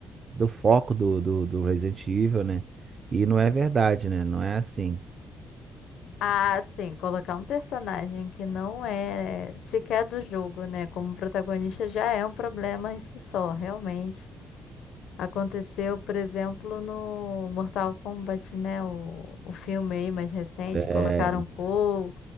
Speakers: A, on the right (about 40°); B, on the left (about 80°).
A: do foco do, do, do Resident Evil, né? E não é verdade, né? Não é assim.
B: Ah, sim, colocar um personagem que não é sequer do jogo, né? Como protagonista já é um problema em si só, realmente. Aconteceu, por exemplo, no Mortal Kombat, né? O, o filme aí mais recente,
A: É,
B: colocaram Cole,